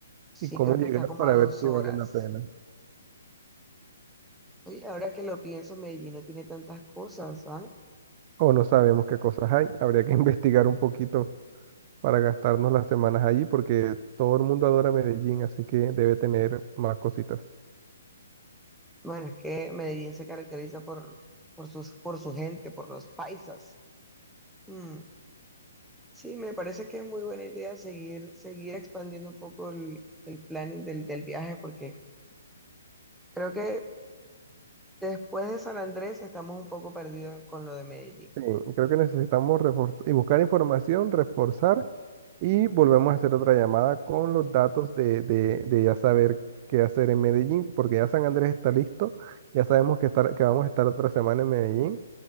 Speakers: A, in the centre; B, on the right.
A: Sí,
B: y cómo
A: creo
B: llegar
A: que está como
B: para
A: a dos
B: ver si
A: horas.
B: vale la pena.
A: Oye, ahora que lo pienso, Medellín no tiene tantas cosas, ¿ah?
B: O no sabemos qué cosas hay. Habría que <laughs> investigar un poquito para gastarnos las semanas allí porque todo el mundo adora Medellín, así que debe tener más cositas.
A: Bueno, es que Medellín se caracteriza por, por sus, por su gente, por los paisas. Mm. Sí, me parece que es muy buena idea seguir, seguir expandiendo un poco el, el planning del, del viaje, porque creo que después de San Andrés estamos un poco perdidos con lo de Medellín.
B: Sí, creo que necesitamos reforz- y buscar información, reforzar y volvemos a hacer otra llamada con los datos de, de- de ya saber qué hacer en Medellín, porque ya San Andrés está listo, ya sabemos que, estar, que vamos a estar otra semana en Medellín,